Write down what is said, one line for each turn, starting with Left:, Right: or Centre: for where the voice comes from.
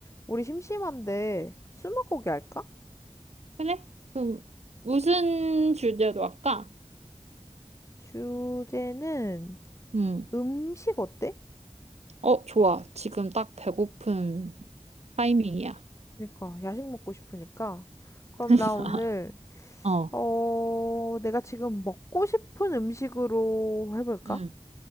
Left: 우리 심심한데 스무고개 할까?
Right: 그래? 그럼 무슨 주제로 할까?
Left: 주제는
Right: 음.
Left: 음식 어때?
Right: 어, 좋아. 지금 딱 배고픈 타이밍이야.
Left: 그러니까 야식 먹고 싶으니까. 그럼
Right: <laughs>
Left: 나 오늘
Right: 어.
Left: 어 내가 지금 먹고 싶은 음식으로 해볼까?
Right: 음.